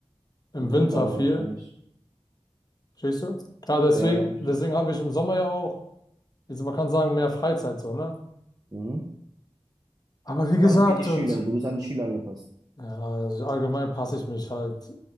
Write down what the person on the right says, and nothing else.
Im
Winter aber
wahrscheinlich.
Ja, ja, ich verstehe
schon.
Mhm.
Quasi wie die Schüler,
du bist an die Schüler angepasst.